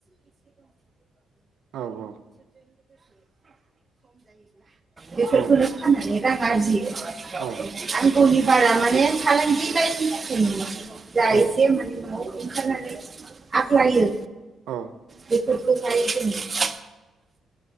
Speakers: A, on the right (about 80°); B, on the right (about 25°).
A: औ
B: बेफोरखौनो
A: औ
B: फानानै रां आरजियो।
A: औ
B: आंगौनि बारा माने फालांगि <unintelligible> जा
A: औ
B: एसे <unintelligible> ओंखारनानै आग्लायो
A: औ
B: बेफोरखौ <unintelligible>